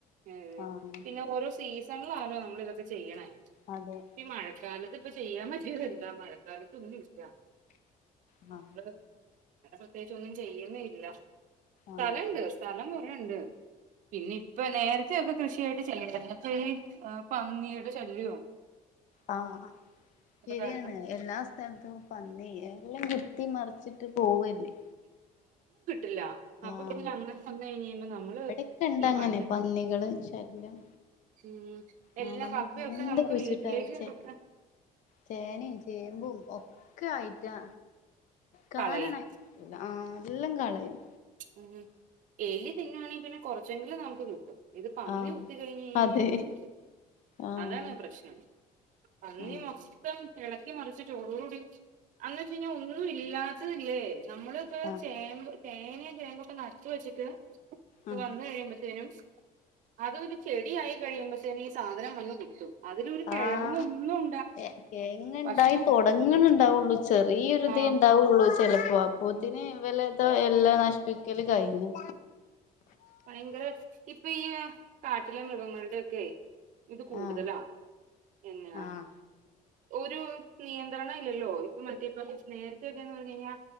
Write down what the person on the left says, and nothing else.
ആഹ്
അതെ
ആ
ആഹ്
ആഹ ശരിയാണ്
എല്ലാ സ്ഥലത്തും പന്നി എല്ലാം കുത്തി മറച്ച് വച്ചിട്ട് പോവല്ലേ
ആഹ്
ഇവിടെക്കെ ഇണ്ട്
അങ്ങനെ
പന്നികള് ശല്യം
ആഹ് നമ്മള്
എന്ത്
കുഴിച്ചിട്ടാലും
ചേ
ചേനയും ചേമ്പും ഒക്കെ ആയിട്ടാ കാനണായി
ആ എല്ലാം കളയും
ആഹ്
അതെ
ആഹ്
ആഹ്
ആഹ്
ആഹ്
ആഹ്
തേങ്ങ ഇണ്ടായി
തുടങ്ങനുണ്ടാവുള്ളു ചെറിയൊരിതേ
ഉണ്ടാവുള്ളു ചിലപ്പോ അപ്പ
ത്തിന് വല്ലതോ എല്ലാം നശിപ്പിക്കല് കഴിഞ്ഞു
ആഹ്
ആഹ്